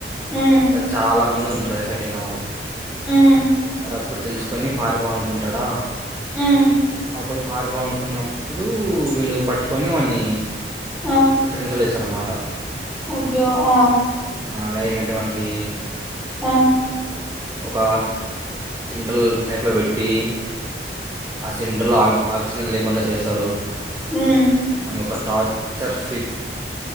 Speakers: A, in the centre; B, on the right.
A: ఉమ్
B: అక్కడ చాలా మ మందే ఉంటరు ఎఫెక్ట్ అయిన వాళ్ళు
A: ఉమ్
B: వాడు అప్పుడు తెలుసుకొని పారిపోవలనుకుంటాడా
A: ఉమ్
B: అప్పుడు పారిపోను కున్నప్పుడూ వీళ్ళు పట్టుకొని వాన్ని
A: ఆ
B: చిత్రహింస లే తరమాట
A: అయ్యో ఆ
B: లైక్ అంటె వానికి
A: ఆహ్
B: ఒక సిండ్రల్ టైప్ లో బెట్టి ఆ సిలిండర్ లో అక్క్ ఆక్సిజన్ లేకుండ చేస్తారు.
A: ఉమ్
B: వాన్ని ఒక టాయి సర్ఫ్